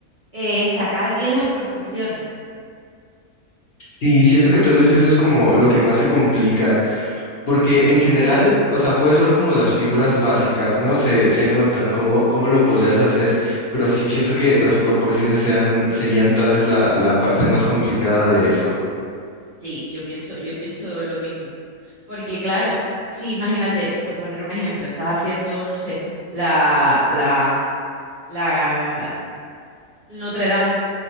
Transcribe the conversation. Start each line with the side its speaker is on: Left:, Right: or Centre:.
Right: eh, sacar bien las proporciones.
Left: Sí, siento que tal vez eso es como lo que más se complica,
Right: Mm,
Left: porque en general, o sea, puedes ver como las figuras básicas, ¿no? Se, se notan, cómo, cómo lo podrías hacer, pero sí siento que las proporciones sean, serían tal vez la, la parte más complicada de eso.
Right: Sí, yo pienso, yo pienso lo mismo. Porque claro, sí, imagínate, por poner un ejemplo, estás haciendo, no sé, la, la, mm, la Notre Dame.